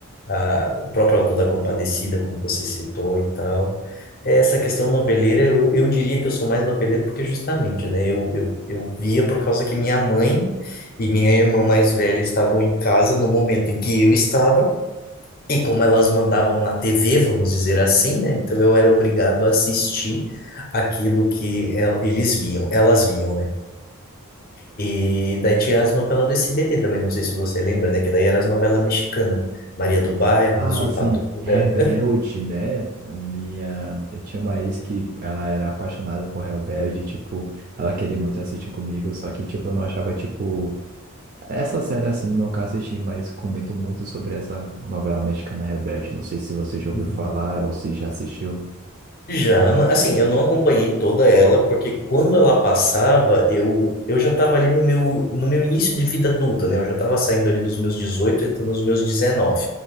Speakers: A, on the left; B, on the right.
A: Ah, o próprio Auto da Compadecida, como você citou e tal. É, Essa questão noveleira, eu, eu diria que eu sou mais noveleiro porque justamente, né, eu, eu, eu via por causa que minha mãe e minha irmã mais velha estavam em casa no momento em que eu estava, e como elas mandavam na TV, vamos dizer assim, né? Então eu era obrigado a assistir aquilo que el- eles viam, elas viam, né? E daí tinha as novelas do SBT também, não sei se você lembra, né? Que daí eram as novelas mexicanas, Maria do Bairro,
B: Ah,
A: Usurpadora.
B: assim, Rebelde, né? A Minha. Eu tinha uma ex que ela era apaixonada por Rebelde, tipo, ela queria muito assistir comigo, só que, tipo, eu não achava, tipo. Essa série, assim, nunca assisti, mas comento muito sobre essa novela mexicana Rebelde. Não sei se você já
A: Uhum.
B: ouviu falar ou se já assistiu.
A: Já, ma- assim, eu não acompanhei toda ela, porque quando ela passava, eu, eu já estava ali no meu, no meu início de vida adulta, né? Eu já estava saindo ali dos meus 18 entrando nos meus dezenove